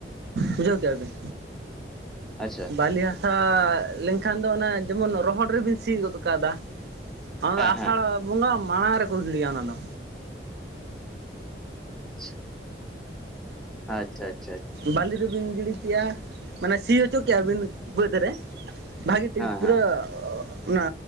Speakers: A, on the right; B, in the centre.
A: ᱵᱩᱡᱷᱟᱹᱣ ᱠᱮᱜᱼᱟ ᱵᱤᱱ
B: ᱟᱪᱪᱷᱟ
A: ᱵᱟᱞᱤ ᱦᱟᱥᱟ ᱞᱤᱧᱼᱼ ᱮᱱᱠᱷᱟᱱ ᱫᱚ ᱚᱱᱟ ᱡᱮᱢᱚᱱ ᱨᱚᱦᱚᱲ ᱨᱮᱵᱤᱱ ᱥᱤ ᱜᱚᱫ ᱠᱟᱫᱟ ᱚᱱᱟ
B: ᱦᱮᱸ
A: ᱫᱚ ᱟᱥᱟᱲᱼᱼ
B: ᱦᱮᱸ
A: ᱵᱚᱸᱜᱟ ᱢᱟᱲᱟᱝ ᱨᱮᱠᱚ ᱜᱤᱲᱤᱭᱟ ᱚᱱᱟ ᱫᱚ᱾
B: ᱟᱪᱷᱟ᱾ ᱟᱪᱪᱷᱟᱼᱪᱷᱟ
A: ᱵᱟᱞᱤ ᱫᱳᱵᱤᱱ ᱜᱤᱰᱤ ᱠᱮᱭᱼᱟ᱾ ᱢᱟᱱᱮ ᱥᱤ ᱦᱚᱪᱚ ᱠᱮᱭᱟ ᱵᱤᱱ ᱵᱟᱹᱫ ᱨᱮ ᱵᱷᱟᱹᱜᱤ ᱴᱷᱤᱠ ᱯᱩᱨᱟᱹᱼᱼ
B: ᱦᱮᱸ
A: ᱚᱱᱟ